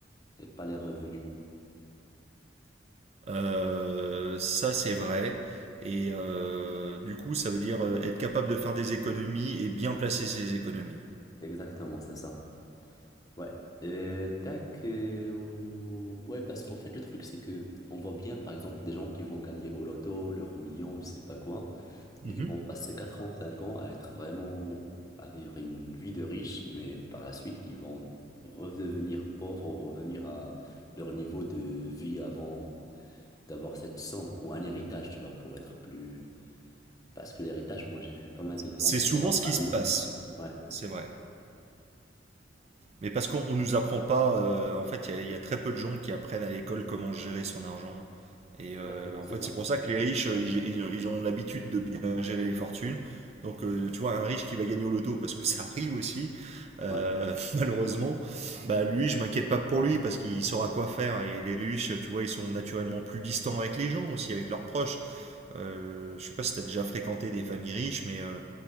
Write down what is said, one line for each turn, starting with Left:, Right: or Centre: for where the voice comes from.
Left: et pas les revenus.
Right: Euh, ça, c'est vrai. Et euh, du coup, ça veut dire euh, être capable de faire des économies et bien placer ses économies.
Left: Exactement, c'est ça. Ouais. Et tac. euh, Ouais, parce qu'en fait, le truc, c'est que on voit bien, par exemple, des gens qui vont gagner au loto, l'euro million, je sais pas quoi. mais
Right: Mhm.
Left: qui vont passer 4 ans, 5 ans à être vraiment, à vivre une vie de riche, mais par la suite qui vont redevenir pauvres ou revenir à leur niveau de vie avant d'avoir cette somme ou un héritage, tu vois, pour être plus... Parce que l'héritage, moi j'ai vu pas mal d'exemples
Right: C'est souvent
Left: dans ma
Right: ce
Left: famille.
Right: qui se passe.
Left: Ouais,
Right: C'est vrai. Mais parce qu'on on nous apprend pas, euh, en fait, il y, a- il y a très peu de gens qui apprennent à l'école comment gérer son argent. Et euh,
Left: exactement,
Right: en
Left: c'est
Right: fait,
Left: ça.
Right: c'est pour ça que les riches, euh, ils, ils- ils ont l'habitude de bien gérer les fortunes. Donc, euh, tu vois, un riche qui va gagner au loto, parce que ça arrive aussi, euh,
Left: Ouais,
Right: <laughs> malheureusement, bah lui, je m'inquiète pas pour lui, parce qu'il saura quoi faire. Et les riches, tu vois, ils sont naturellement plus distants avec les gens aussi, avec leurs proches. Euh, je sais pas si t'as déjà fréquenté des familles riches, mais euh,